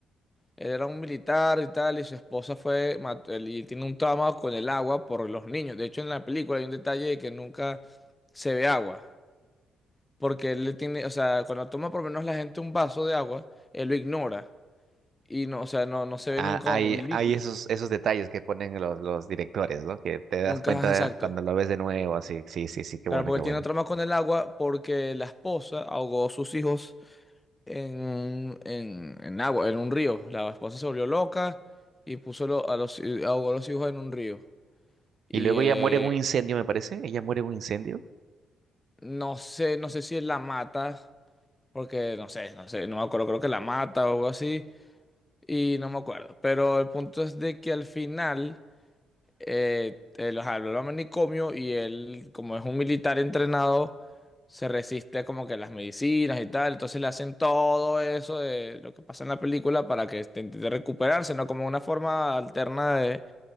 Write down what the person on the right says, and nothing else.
Ah,
hay,
hay esos, esos detalles que ponen los, los directores, ¿no? Que te
das cuenta
cuando lo ves de nuevo, así, sí, sí, sí, qué
bueno,
qué bueno.
Y luego
ella muere en un incendio, me parece. Ella muere en un incendio.